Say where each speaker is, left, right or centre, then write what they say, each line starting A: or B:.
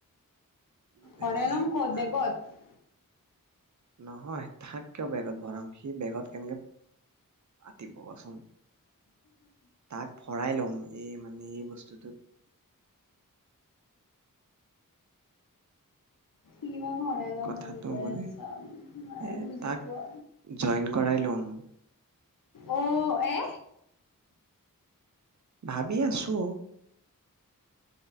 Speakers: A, on the right; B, on the left.
A: মাজে
B: ভৰাই
A: মাজে
B: লম ক'ত
A: আৰু
B: বেগত?
A: নহয় তাক কিয় বেগত ভৰাম সি বেগত কেনেকে আতিব কোৱা, তাক ভৰাই ল'ম এই মানে এই বস্তুটোত
B: ইমান ভৰাই ল'ম
A: কথাটো
B: এনেক কৈ
A: বুলি
B: আছা মে
A: এ
B: বুজি
A: তাক
B: পোৱা
A: জইন কৰাই ল'ম
B: অ এ
A: ভাবি আছো।